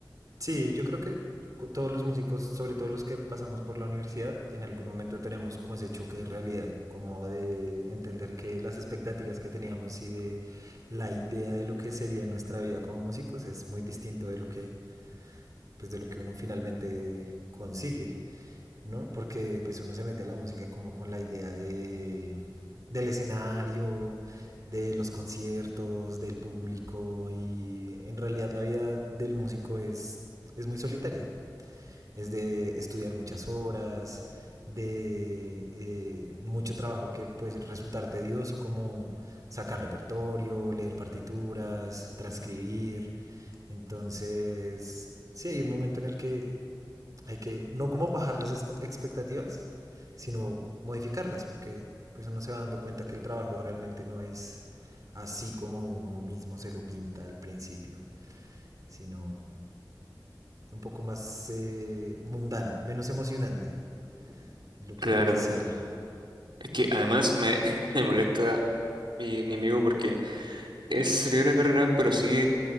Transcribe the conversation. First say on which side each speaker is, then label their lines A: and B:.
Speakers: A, on the right (about 45°); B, on the right (about 80°).
A: sí, yo creo que cu- todos los músicos, sobre todo los que pasamos por la universidad, en algún momento tenemos como ese choque de realidad, como de entender que las expectativas que teníamos y de la idea de lo que sería nuestra vida como músicos es muy distinto de lo que pues de lo que uno finalmente consigue, ¿no? Porque pues uno se mete a la música como con la idea de del escenario, de los conciertos, del público y en realidad la vida del músico es es muy solitaria, es de estudiar muchas horas, de eh, mucho trabajo que puede resultar tedioso, como sacar repertorio, leer partituras, transcribir. Entonces, sí, hay un momento en el que hay que no como bajar las expectativas, sino modificarlas, porque pues uno se va dando cuenta que el trabajo realmente no es así como uno mismo se lo pinta al principio, sino un poco más eh, mundano, menos emocionante, lo
B: Claro,
A: que uno quisiera.
B: es que además me, <laughs> me molesta mi, mi amigo porque... Él se salió de la carrera, pero sigue